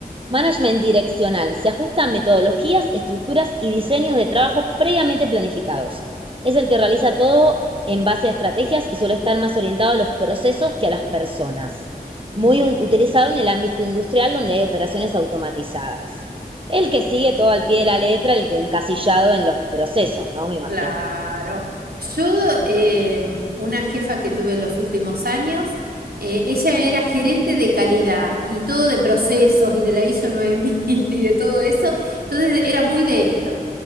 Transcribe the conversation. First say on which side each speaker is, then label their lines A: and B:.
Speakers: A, on the right (about 35°); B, on the right (about 75°).
A: Management direccional. Se ajusta a metodologías, estructuras y diseños de trabajo previamente planificados. Es el que realiza todo en base a estrategias y suele estar más orientado a los procesos que a las personas.
B: Ujú.
A: Muy utilizado en el ámbito industrial donde hay operaciones automatizadas. El que sigue todo al pie de la letra, el encasillado en los procesos, ¿no? Me imagino.
B: Claro. Yo, eh, una jefa que tuve en los últimos años, eh, ella era gerente de calidad y todo de procesos y de la ISO 9000 <laughs> y de todo eso. Entonces era muy de esto,